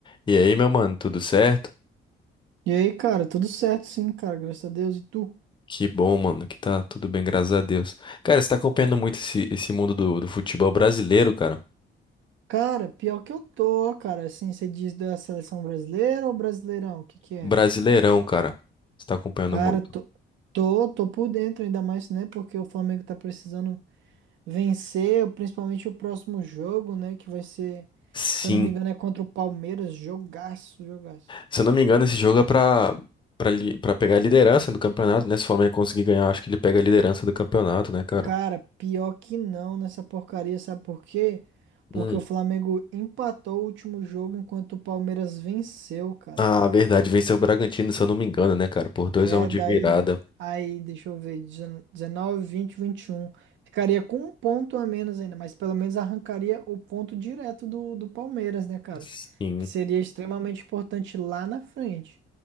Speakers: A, on the left (about 25°); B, on the right (about 70°).
A: E aí, meu mano, tudo certo?
B: E aí, cara, tudo certo sim, cara, graças a Deus. E tu?
A: Que bom, mano, que tá tudo bem, graças a Deus. Cara, você tá acompanhando muito esse, esse mundo do, do futebol brasileiro, cara.
B: Cara, pior que eu tô, cara, assim, você diz da seleção brasileira ou brasileirão? O que que é?
A: Brasileirão, cara. Você tá acompanhando
B: Cara,
A: muito.
B: tô, tô, tô por dentro ainda mais, né, porque o Flamengo tá precisando vencer, principalmente o próximo jogo, né, que vai ser,
A: Sim.
B: se eu não me engano, é contra o Palmeiras, jogaço, jogaço.
A: Se eu não me engano, esse jogo é pra, pra, li- pra pegar a liderança do campeonato, né? Se o Flamengo conseguir ganhar, acho que ele pega a liderança do campeonato, né, cara?
B: Cara, pior que não nessa porcaria, sabe por quê? Porque
A: Hum.
B: o Flamengo empatou o último jogo enquanto o Palmeiras venceu, cara.
A: Ah, verdade, venceu o Bragantino, se eu não me engano, né, cara? Por 2
B: É,
A: a um de
B: daí,
A: virada.
B: aí, deixa eu ver, 19, 20, 21. Ficaria com um ponto a menos ainda, mas pelo menos arrancaria o ponto direto do, do Palmeiras, né, cara?
A: Sim.
B: Que seria extremamente importante lá na frente.